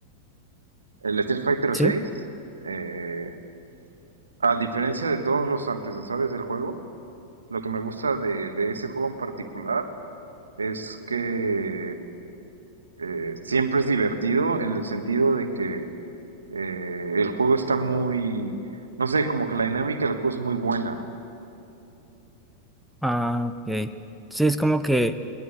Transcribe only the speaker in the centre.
¿Sí?
Ah, ok. Sí, es como que